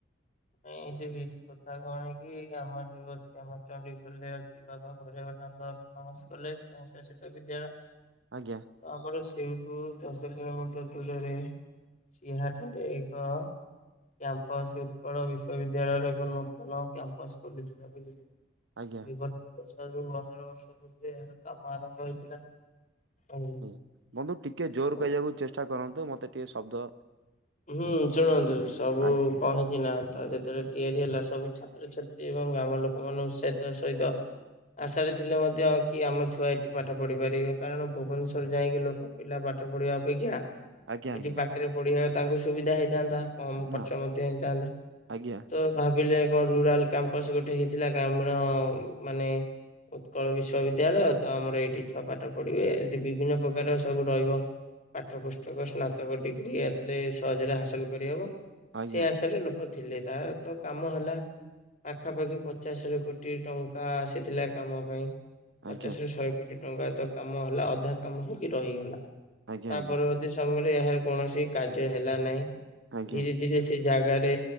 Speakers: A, on the left (about 40°); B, on the right (about 65°).
A: ଏଇଁ ସେ ବ କଥା କଣ କି ଆମର ଯୋଉ ଅଛି ଆମ ଚଣ୍ଡିଖୋଲ ରେ ଅଛି ବାବା ଭୈରବାନନ୍ଦ ଅଟୋନମିକସ କଲେଜ ଶାସିତ ବିଦ୍ୟାଳୟ <unintelligible>
B: ଆଜ୍ଞା
A: ଆମର ସେଇଠୁ ଦଶ କିଲୋମିଟର ଦୂରରେ ସିହାଠାରେ ଏକ କ୍ୟାମ୍ପସ କଣ ବିଶ୍ବିଦ୍ୟାଳୟରେ କରୁନଥଲ କ୍ୟାମ୍ପସ୍ ଖୋଲିଥିଲା ବୁଝିଲ।
B: ଆଜ୍ଞା
A: <inaudible> ଦଶରୁ ପନ୍ଦର ବର୍ଷ ପୂର୍ବେ ଏହାର କାମ ଆରମ୍ଭ ହେଇଥିଲା। କହିଲେ
B: ଆଜ୍ଞା। ବନ୍ଧୁ ଟିକେ
A: ସବୁ
B: ଜୋର୍ କଇଆକୁ ଚେଷ୍ଟା କରନ୍ତୁ ମତେ ଟିକେ ଶବ୍ଦ
A: ହୁଁ ଶୁଣନ୍ତୁ ସବୁ
B: ଆଜ୍ଞା
A: କଣ ହେଇଛି ନା ତା ଯେତେବେଳେ ତିଆରି ହେଲା ସବୁ ଛା ଛାତ୍ରଛାତ୍ରୀ ଏବଂ ଗ୍ରାମ ଲୋକ ମାନଙ୍କ ସଇତ ସଇତ ଆଶାରେ ଥିଲେ ମଧ୍ୟ କି ଆମ ଛୁଆ ଏଠି ପାଠ ପଢିପାରିବେ କାରଣ ଭୁବନେଶ୍ଵର ଯାଇଁକି ଲୋକ ପିଲା ପାଠ ପଢିବା ଅପେକ୍ଷା
B: ଆଜ୍ଞା ଆଜ୍ଞା
A: ଏଠି ପାଖରେ ପଢିବା ତାଙ୍କୁ ସୁବିଧା ହେଇଥାନ୍ତା। କମ
B: ନା
A: ଖର୍ଚ୍ଚ ମଧ୍ୟ ହେଇଥାନ୍ତା
B: ଆଜ୍ଞା
A: ତ ଭାବିଲେ କଣ ରୁରାଲ଼ କ୍ୟାମ୍ପାସ ଗୋଟେ ହେଇଥିଲା ଗ୍ରାମୀଣ ମାନେ ଉତ୍କଳ ବିଶ୍ବିଦ୍ୟାଳୟ ତ ଆମର ଏଇଠି ଛୁଆ ପାଠ ପଢିବେ ଏଠି ବିଭିନ୍ନ ପ୍ରକାର ସବୁ ରଇବ। ପାଠ ପୁସ୍ତକ ସ୍ନାତକ ଡିଗ୍ରୀ ଏଥିରେ ସହଜରେ ହାସଲ୍ କରିହବ
B: ଆଜ୍ଞା
A: ସେ ଆଶାରେ ଲୋ ଓ ଥିଲେ ତାର ତ କାମ ହେଲା। ପାଖାପାଖି ପଚାଶ ରୁ କୋଟିଏ ଟଙ୍କା ଆସିଥିଲା କାମ ପାଇଁ।
B: ଆଜ୍ଞା
A: ପଚାଶ୍ ରୁ ଶହେ କୋଟି ଟଙ୍କା ତ କାମ ହେଲା ଅଧା କାମ ହେଇକି ରହିଗଲା।
B: ଆଜ୍ଞା
A: ତା ପରବର୍ତ୍ତୀ ସମୟରେ ଏହାର କୌଣସି କାର୍ଯ୍ୟ ହେଲା ନାହିଁ
B: ଆଜ୍ଞା
A: ଧୀରେ ଧୀରେ ସେ ସେ ଜାଗାରେ